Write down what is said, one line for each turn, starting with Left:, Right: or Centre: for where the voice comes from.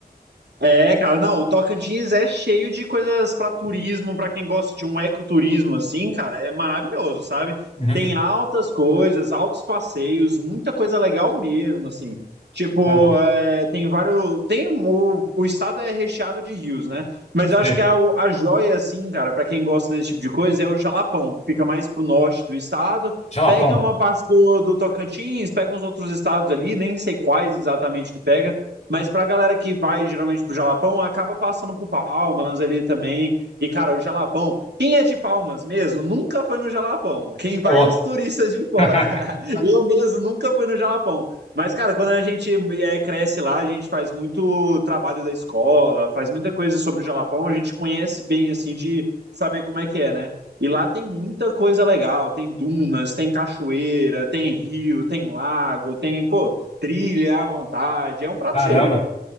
Right: É, cara, não, o Tocantins é cheio de coisas para turismo, para quem gosta de um ecoturismo assim, cara, é maravilhoso, sabe?
Left: Uhum.
Right: Tem altas coisas, altos passeios, muita coisa legal mesmo, assim. Tipo,
Left: É.
Right: é, tem vários, tem o, o estado é recheado de rios, né? Mas eu acho
Left: Sei.
Right: que a, o- a joia, assim, cara, para quem gosta desse tipo de coisa, é o Jalapão, que fica mais pro norte do estado.
Left: Jalapão.
Right: Pega uma parte do, do Tocantins, pega uns outros estados ali, nem sei quais exatamente que pega mas pra galera que vai geralmente pro Jalapão, acaba passando por Palmas ali também. E, cara, o Jalapão, quem é de Palmas mesmo, nunca foi no Jalapão. Quem vai
Left: Ô, louco.
Right: é os turistas de fora.
Left: <laughs>
Right: <laughs> Eu mesmo nunca fui no Jalapão. Mas, cara, quando a gente é, cresce lá, a gente faz muito trabalho da escola, faz muita coisa sobre o Jalapão, a gente conhece bem, assim, de saber como é que é, né? E lá tem muita coisa legal, tem dunas, tem cachoeira, tem rio, tem lago, tem, pô, trilha à vontade, é um prato
Left: Caramba.
Right: cheio.